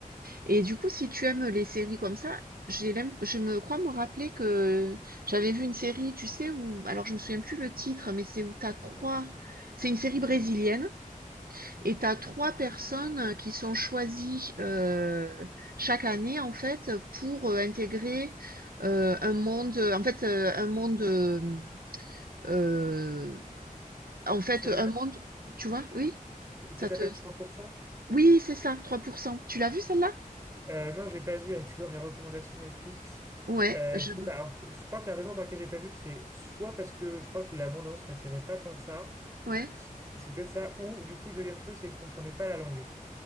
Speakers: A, on the right; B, on the right.
A: Et du coup, si tu aimes les séries comme ça, j'ai l'im- je me crois me rappeler que j'avais vu une série, tu sais, où, alors je me souviens plus le titre, mais c'est où t'as trois, c'est une série brésilienne. Et tu as 3 personnes euh, qui sont choisies euh, chaque année en fait pour euh, intégrer euh, un monde, en fait euh, un monde, euh, euh, en fait
B: Ça
A: un
B: s'appelle
A: monde, tu vois, oui,
B: ça
A: ça
B: s'appelle
A: te,
B: 3%?
A: oui c'est ça, trois pour cent Tu l'as vu celle-là?
B: Euh, non, je l'ai pas vu, elle était dans mes recommandations Netflix.
A: Ouais,
B: Euh,
A: je,
B: je sais pas. Alors, je crois que la raison pour laquelle j'ai pas vu, c'est soit parce que je crois que la bande-annonce m'attirait pas tant que ça,
A: ouais.
B: c'était ça, ou du coup, le deuxième truc, c'est que je comprenais pas la langue.